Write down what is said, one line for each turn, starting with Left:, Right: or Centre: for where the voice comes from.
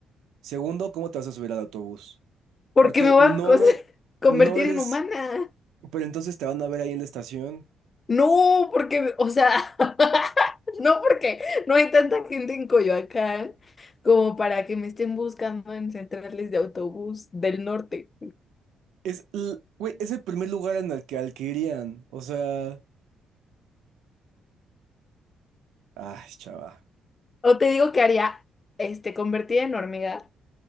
Right: Segundo, ¿cómo te vas a subir al autobús?
Left: Porque
Right: Porque
Left: me voy
Right: no,
Left: a cos- <laughs> convertir
Right: no eres,
Left: en humana?
Right: pero entonces te van a ver ahí en la estación.
Left: No, porque, o sea, <laughs> no porque no hay tanta gente en Coyoacán como para que me estén buscando en centrales de autobús del norte.
Right: Es, l- güey, es el primer lugar en el que al que irían. O sea, ay, chava.
Left: O te digo que haría, este, convertida en hormiga.